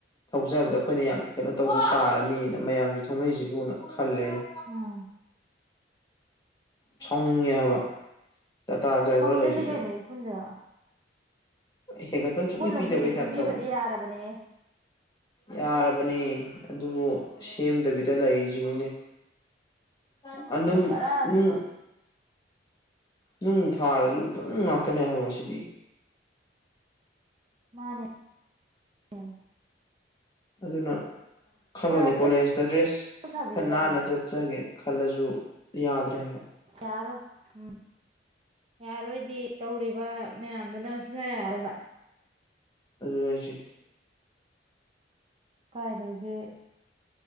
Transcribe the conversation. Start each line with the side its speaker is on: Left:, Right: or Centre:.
Left: ꯊꯧꯖꯕꯗ ꯑꯩꯈꯣꯏꯅ ꯌꯥꯝ ꯀꯩꯅꯣ ꯇꯧꯕ ꯇꯥꯔꯅꯤꯅ ꯃꯌꯥꯝꯁꯨ ꯊꯧꯅꯩꯁꯤꯕꯨꯅ ꯈꯜꯂꯦ ꯑꯩꯅ
Right: ꯎꯝ
Left: ꯁꯥꯎꯅꯤꯡꯉꯦ ꯍꯥꯏꯕ ꯇꯥꯇꯥ ꯗ꯭ꯔꯥꯏꯚꯔꯈꯩꯁꯤꯁꯨ
Right: ꯊꫭꯡꯗꯗꯤ ꯀꯩꯅꫭ ꯏꯐꯨꯟꯗ
Left: ꯍꯦꯟꯒꯠꯄꯅ ꯁꯨꯡꯂꯂꯤ
Right: ꯂꯝꯕꯤꯁꯦ
Left: ꯄꯤꯗꯕꯩꯇꯥꯞ
Right: ꯁꯦꯝꯕꯤꯕꯗꯤ
Left: ꯇꯧꯅ
Right: ꯌꯥꯔꯕꯅꯦ
Left: ꯌꯥꯔꯕꯅꯦ ꯑꯗꯨꯕꯨ ꯁꯦꯝꯗꯕꯤꯗ ꯂꯩꯔꯤꯁꯤꯅꯤꯅꯦ ꯑꯗꯨ ꯑꯗꯨꯝ
Right: ꯄꯨꯔꯥ
Left: ꯎꯝ ꯅꯨꯡ ꯊꯥꯔꯁꯨ ꯎꯐꯨꯟ ꯉꯥꯛꯇꯅꯦ ꯍꯥꯏꯕ ꯁꯤꯗꯤ
Right: ꯃꯥꯅꯦ ꯎꯝ
Left: ꯑꯗꯨꯅ ꯈꯜꯂꯣꯅꯦ
Right: ꯀꯣꯂꯥꯁ
Left: ꯀꯣꯂꯦꯖꯇ ꯗ꯭ꯔꯦꯁ
Right: ꯁꯥꯕꯤꯒꯗꯕꯅꯦ
Left: ꯈꯔ ꯅꯥꯟꯅ ꯆꯠꯆꯒꯦ ꯈꯜꯂꯁꯨ ꯌꯥꯗ꯭ꯔꯦ ꯍꯥꯏꯕ
Right: ꯇꯔꯣ ꯎꯝ ꯌꯥꯔꯣꯏꯗꯤ ꯇꯧꯔꯤꯕ ꯃꯌꯥꯝꯗꯨꯅ ꯁꯨꯡꯌꯥ ꯌꯥꯑꯕ
Left: ꯑꯗꯨꯨꯔꯥꯏꯁꯤꯦ
Right: ꯀꯥꯏꯗꯒꯤ